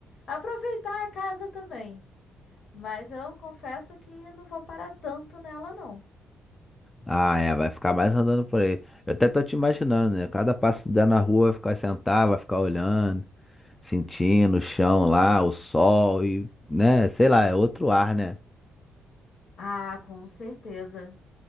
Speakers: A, on the left (about 55°); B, on the left (about 15°).
A: aproveitar a casa também. Mas eu confesso que eu não vou parar tanto nela, não.
B: Ah, é, vai ficar mais andando por aí. Eu até tô te imaginando, né? Cada passo que der na rua vai ficar sentado, vai ficar olhando, sentindo o chão lá, o sol e, né? Sei lá, é outro ar, né?
A: Ah, com certeza.